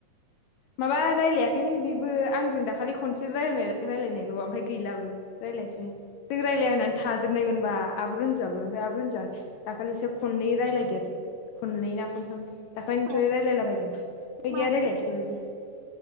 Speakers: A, on the left; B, on the right.
A: माबा रायलायाखैनो बिबो आंजों दाखालि खनसे रायलाय-रायलायनायल ओमफ्राय गैलाबो रायज्लायासै जों रायज्लाया होननानै थाजोबनायमोनबा आबो रुजुआबो ओमफ्राय आबो रुजुआ दाखालिसो खनै रायज्लायदेर खननै ना खनथाम दाख्लैनिफ्राय
B: मानो
A: रायलायला बायदों ओमफाय गैया
B: मानो
A: रायलायासै
B: बेबा
A: बेबो